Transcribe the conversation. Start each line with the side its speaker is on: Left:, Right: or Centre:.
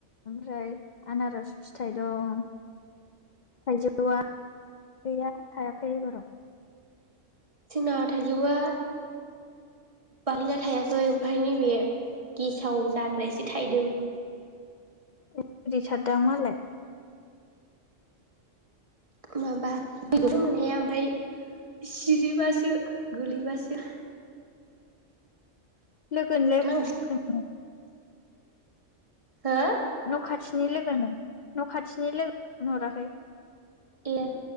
Left: ओमफ्राय आनारस फिथाइ दं थाइजौआ गैया थायाखै एबाराव।
Right: जोंना थाइजौआ बालिना थायाखै ओमफ्राय नैबे गेसाव जाग्रायासो थाइदों।
Left: गोदैथार दां मालाय?
Right: माबा फिथाइखौ मोन हाया ओमफ्राय सिरिबासो गोलैबासो।
Left: लोगोनोलाय
Right: नां
Left: <unintelligible>
Right: हा?
Left: न' खाथिनि लोगोनाव न' खाथिनि लोगोनो फन हराखै?
Right: ए